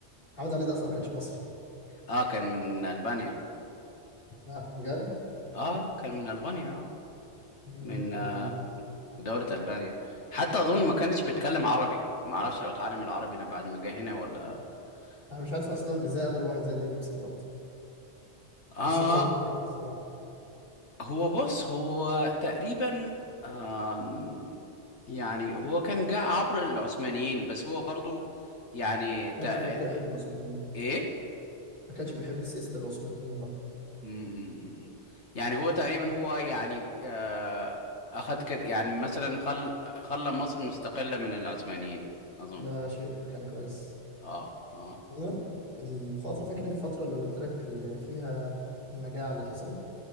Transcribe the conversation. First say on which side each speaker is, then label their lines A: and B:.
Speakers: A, on the left; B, on the left.
A: محمد علي ده اصلا ما كانش مصري
B: اه كان من ألبانيا
A: لا بجد
B: اه كان من ألبانيا اه
A: مم،
B: من
A: المعلومة
B: آه
A: دي
B: دولة ألبانيا حتى أظن ما كانش بيتكلم عربي ما اعرفش لو اتعلم العربي لما بعد ما جه هنا ولا
A: انا مش عارف
B: ولا
A: اصلا ازاي قبل واحد زي ده يمسك برضه
B: اه
A: بس هو ظبط الدنيا الصراحه
B: هو بص هو تقريبا آم يعني هو كان جه عبر العثمانيين بس هو برضو يعني تق...
A: ما كانش بيحب العثمانيين
B: ايه
A: ما كانش بيحب سياسه العثمانيين برضه
B: امم يعني هو تقريبا هو يعني آه، اخد كده يعني مثلا خل خلى مصر مستقلة من العثمانيين اظن
A: ده شيء كان كويس
B: اه اه
A: عموما الفتره فاكر الفتره اللي قلت لك اللي فيها المجاعه اللي حصلت